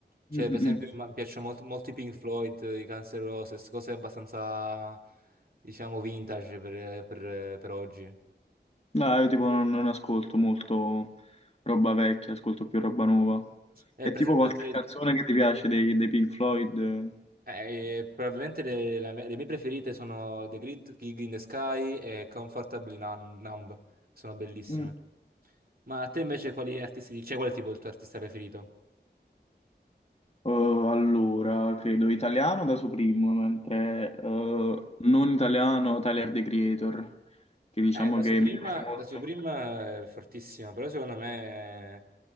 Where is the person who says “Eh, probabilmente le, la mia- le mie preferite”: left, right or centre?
Right